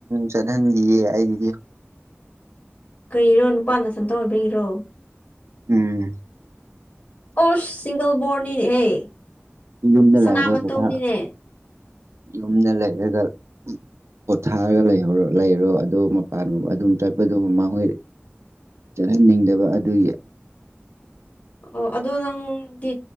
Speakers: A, on the right (about 85°); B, on the left (about 50°).
A: ꯆꯠꯍꯟꯁꯤꯌꯦ ꯑꯩꯁꯤꯗꯤ
B: ꯀꯔꯤꯔꯣ ꯅꯨꯄꯥꯅ ꯁꯝꯇ ꯑꯣꯏꯕꯒꯤꯔꯣ
A: ꯎꯝ
B: ꯑꯣꯁ ꯁꯤꯡꯒꯜ ꯕꯣꯔꯟꯅꯤꯅꯦꯍꯦ
A: ꯌꯨꯝꯗ
B: ꯁꯅꯥ
A: ꯂꯩꯔꯒ
B: ꯃꯇꯨꯝꯅꯤꯅꯦ
A: ꯄꯣꯊꯥ ꯌꯨꯝꯗ ꯂꯩꯔꯒ ꯄꯣꯊꯥꯔꯒ ꯂꯩꯍꯧꯔ ꯂꯩꯔꯣ ꯑꯗꯨ ꯃꯄꯥꯟꯒꯕ ꯑꯗꯨꯝ ꯆꯠꯄꯗꯨ ꯃꯥꯡꯍꯣꯏꯔꯦ ꯆꯠꯍꯟꯅꯤꯡꯗꯕ ꯑꯗꯨꯒꯤ
B: ꯑꯣ ꯑꯗꯣ ꯅꯪꯗꯤ